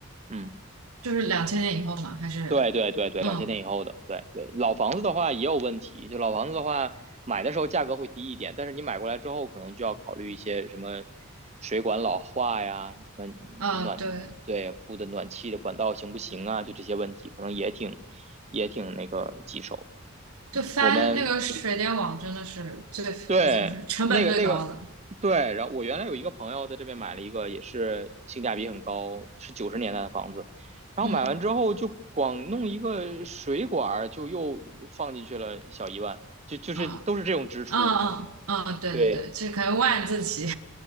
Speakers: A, on the right (about 30°); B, on the right (about 80°).
A: 嗯。
B: 就是两千年以后嘛？还是，
A: 对对对对，
B: 嗯
A: 两千年以后的，对对，老房子的话也有问题，就老房子的话，买的时候价格会低一点，但是你买过来之后，可能就要考虑一些什么水管老化呀，什么
B: 嗯，
A: 暖，
B: 对，
A: 对，布的暖气的管道行不行啊，就这些问题，可能也挺也挺那个棘手
B: 就翻那个水电网真的是最，
A: 的。我们对那个那个
B: 怎么说，成本最高的。
A: 对，然后我原来有一个朋友在这边买了一个，也是性价比很高，是九十年代的房子。然后买完之后就光弄一个水管儿，
B: 嗯
A: 就又放进去了小一万，就就是都是这种支出。
B: 啊，嗯嗯嗯，对对对，
A: 对，
B: 这可以万字起。